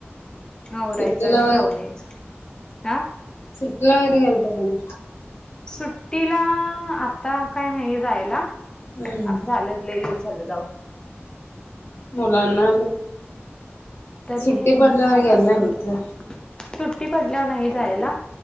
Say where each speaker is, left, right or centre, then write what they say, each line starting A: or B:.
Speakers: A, on the left; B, on the left.
A: नवरायचं
B: सुट्टीला
A: आणि जाऊन यायचं हा.
B: सुटल्या वरगेंत गणे.
A: सुट्टीला आता काय नाही जायला
B: हम्म.
A: आता झालं. झालं जाऊ.
B: मुलांना
A: तरी
B: सुट्टी पडल्यावर
A: झाल्या
B: गेला
A: असतील.
B: नाही वाटतं.
A: सुट्टी पडल्यावर नाही जायला